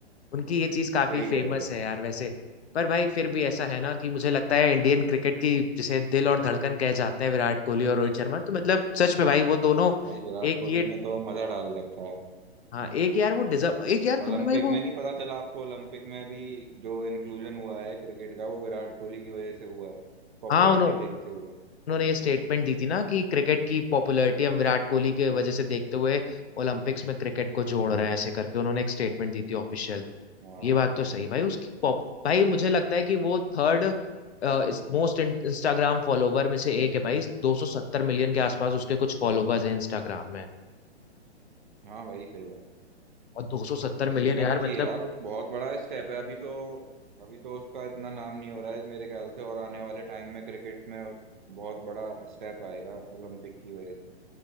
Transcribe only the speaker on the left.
उनकी ये चीज
काफी फेमस
है यार वैसे पर भाई फिर भी ऐसा है ना कि मुझे लगता है इंडियन क्रिकेट की जिसे दिल और धड़कन कहे जाते हैं विराट कोहली और रोहित शर्मा तो मतलब सच में भाई वो दोनों
एक
ये
हाँ एक यार वो डिजर्व एक यार
तुमने भाई वो
हाँ उन्होंने
उन्होंने ये स्टेटमेंट दी थी ना कि क्रिकेट की पॉपुलैरिटी हम विराट कोहली के वजह से देखते हुए ओलंपिक्स में क्रिकेट को जोड़
रहे हैं ऐसे करके उन्होंने एक स्टेटमेंट दी थी ऑफिशियल
ये बात तो सही है भाई उसकी पॉप भाई मुझे लगता है कि वो थर्ड मोस्ट इंस्टाग्राम फॉलोवर में से एक है भाई 270 मिलियन के आसपास उसके कुछ फॉलोवर्स हैं इंस्टाग्राम में
और 270 मिलियन
यार
मतलब